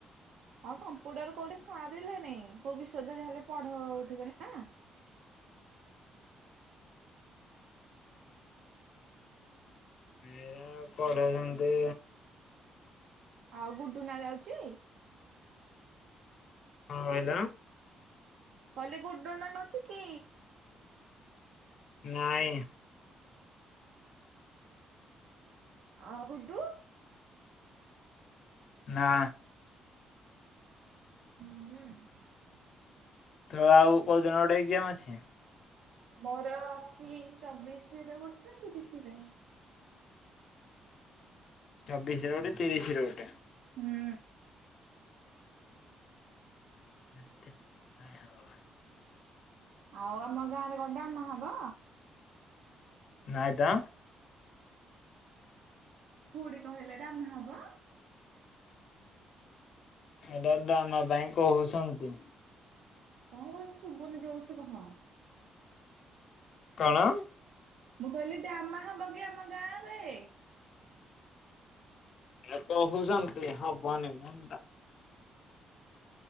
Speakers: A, on the right (about 80°); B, on the left (about 60°).
A: ହଁ କମ୍ପୁଟର କୋଉଠି ସାରିଲେନି କୋଉ ବିଷୟ ଯାହାଲେ ପଢଉଥିବେ ନା
B: ଏଇରା ପଢଳଛନ୍ତି
A: ଆଉ ଗୁଡୁନା ଯାଉଛି
B: କଣ କହିଲ
A: କହିଲି ଗୁଢୁଣା ଯାଉଛି କି
B: ନାଇଁ
A: ଆଉ ଗୁଡୁ
B: ନା
A: ହଁ <inaudible>
B: ତ ଆଉ କୋଉ ଦିନ ଗୋଟେ ଏଗ୍ଜାମ୍ ଅଛି?
A: ମୋର ଅଛି ଚବିଶରେ ଗୋଟେ ତିରିଶି ରେ।
B: ଚବିଶିରେ ଗୋଟେ ତିରିଶିରେ ଗୋଟେ।
A: ହୁଁ।
B: ନଁ ହଁ।
A: ଆଉ ଆମ ଗାଁ ରେ ଗଡ ଆମା ହବ।
B: ନୟଦା।
A: କୁଉଡି କହିଲେ ଦାମ ହବ।
B: ଏଇଟା ଡ୍ରାମା ପାଇଁ କହୁଛନ୍ତି।
A: ମୁ ଶୁଭୁନି ଜୋର୍ ସେ କହ।
B: କଣ।
A: ମୁଁ କହିଲି ଡାମା ହବ କି ଆମ ଗାଁରେ।
B: ଏ ତ ହଉଚନ୍ତି ହବନି ମ।